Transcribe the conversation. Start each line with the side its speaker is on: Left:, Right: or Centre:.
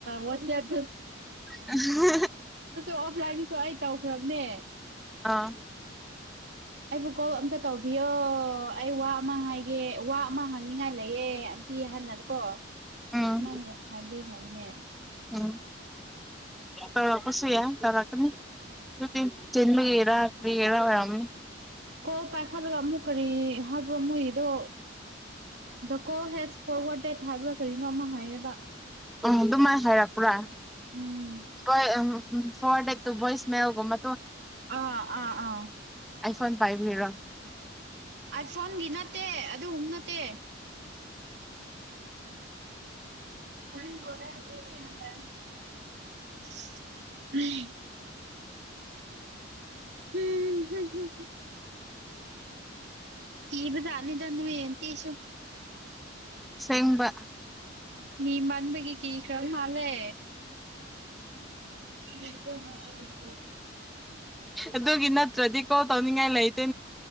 Right: ꯋꯥꯆꯦꯞ
Centre: <unintelligible>
Right: ꯑꯣꯐꯂꯥꯏꯟꯒꯤꯁꯨ ꯑꯩ ꯇꯧꯈ꯭ꯔꯕꯅꯦ
Centre: ꯑꯥ
Right: ꯑꯩꯕꯨ ꯀꯣꯜ ꯑꯝꯇ ꯇꯧꯕꯤꯌꯣ ꯑꯩ ꯋꯥ ꯑꯃ ꯍꯥꯏꯒꯦ ꯋꯥ ꯑꯃ ꯍꯥꯡꯅꯤꯡꯉꯥꯏ ꯂꯩꯌꯦ ꯑꯟꯇꯤ ꯍꯥꯏꯅꯀꯣ
Centre: ꯎꯝ
Right: ꯃꯥꯅ ꯍꯥꯏꯕꯗꯩ ꯈꯉꯤꯅꯦ
Centre: ꯎꯝ ꯇꯧꯔꯛ ꯄꯁꯨꯨ ꯌꯥꯏ ꯇꯧꯔꯥꯛꯀꯅꯤ ꯑꯗꯨꯗꯤ ꯆꯤꯟꯕꯒꯤꯔꯥ ꯀꯥꯔꯤꯔꯥ ꯑꯣꯏꯔꯝꯒꯅꯤ
Right: ꯀꯣꯜ ꯄꯥꯏꯈꯠꯂꯒ ꯑꯃꯨꯛ ꯀꯔꯤ ꯍꯥꯏꯕ꯭ꯔꯣ ꯃꯣꯏꯒꯝꯗꯣ the call has forwarded ꯍꯥꯏꯕ꯭ꯔꯥ ꯀꯔꯤꯅꯣ ꯑꯃ ꯍꯥꯏꯌꯦꯕ
Centre: ꯑ ꯑꯗꯨꯃꯥꯏ ꯍꯥꯏꯔꯄꯔꯥ
Right: ꯎꯝ
Centre: ꯄꯥ ꯑꯝ ꯎꯝ ꯐꯣꯔꯠꯗꯦꯠ ꯇꯨ ꯕꯣꯏꯁ ꯃꯦꯜ ꯒꯨꯝꯕ
Right: ꯑꯥ ꯑꯥ ꯑꯥ
Centre: ꯑꯥꯏꯐꯣꯟ ꯄꯥꯏꯕꯒꯤꯔꯣ
Right: ꯑꯥꯏ ꯐꯣꯟꯒꯤ ꯅꯠꯇꯦ ꯑꯗꯨꯒꯨꯝꯕ ꯅꯠꯇꯦ <unintelligible> ꯍꯨꯝ ꯍꯨꯝ ꯀꯤꯕꯖꯥꯠꯅꯤꯗ ꯅꯣꯏ ꯑꯟꯇꯤꯁꯨ
Centre: ꯁꯦꯡꯕ
Right: ꯃꯤ ꯃꯥꯟꯕꯒꯤ ꯀꯤꯈꯔ ꯃꯥꯜꯂꯦ <unintelligible>
Centre: ꯑꯗꯨꯒꯤ ꯅꯠꯇ꯭ꯔꯗꯤ ꯀꯣ ꯇꯧꯅꯤꯡꯉꯥꯏ ꯂꯩꯇꯦ